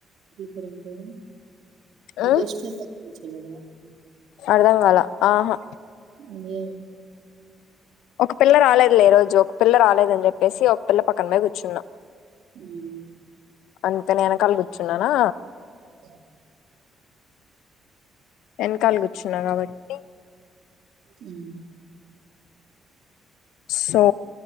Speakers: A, on the right; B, on the left.
A: పేరేం పేరు నీ
B: ఉమ్,
A: బెస్ట్ ఫ్రెండ్ ఎవర్ <unintelligible>
B: అర్ధంగాల ఆహా
A: <unintelligible>
B: ఒక పిల్ల రాలేదు లే ఈరోజు ఒక పిల్ల రాలేదని చెప్పేసి ఒక పిల్ల పక్కన పోయి కూర్చున్నా
A: హూమ్
B: అంతే నే ఎనకలా కూర్చున్నానా
A: <inaudible>
B: వెనకాల కూర్చున్నా కాబట్టి
A: హూ
B: సో